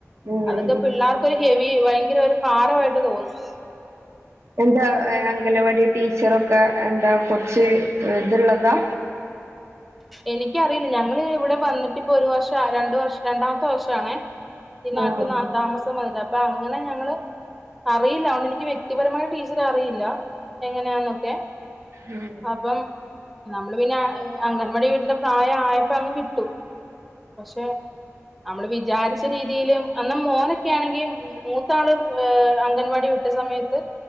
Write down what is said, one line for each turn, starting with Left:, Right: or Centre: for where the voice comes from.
Right: ഉം
Centre: അതൊക്കെ പിള്ളേർക്ക് ക്കൊരു ഹെവി ഭയങ്കര ഒരു ഭാരവായിട്ട് തോന്നും
Right: എന്താ അംഗലവാടി ടീച്ചറൊക്കെ എന്താ കൊറച്ച് ഇത്ള്ളതാ?
Centre: എനിക്കറിയില്ല. ഞങ്ങള് ഇവടം വന്നിട്ടിപ്പോ ഒരു വർഷം രണ്ട് വർഷം രണ്ടാമത്തെ വർഷാവണേ
Right: ആഹ്
Centre: ഈ നാട്ടില് താമസം വന്നിട്ട് അപ്പോ അങ്ങനെ ഞങ്ങള് അറിയില്ല. അതോണ്ട് എനിക്ക് വ്യക്തിപരമായി ടീച്ചറെ അറിയില്ല. എങ്ങനെയാന്നൊക്കെ?
Right: ഉം
Centre: അപ്പം നമ്മള് പിന്നെ അംഗൻവാടി വിടിന്റെ തായേ ആയപ്പോ അങ്ങ് വിട്ടു. പഷേ നമ്മള് വിചാരിച്ച രീതിലും അന്ന് മോനൊക്കെ ആണെങ്കി മൂത്താള് ഏഹ് അംഗൻവാടി വിട്ട സമയത്ത്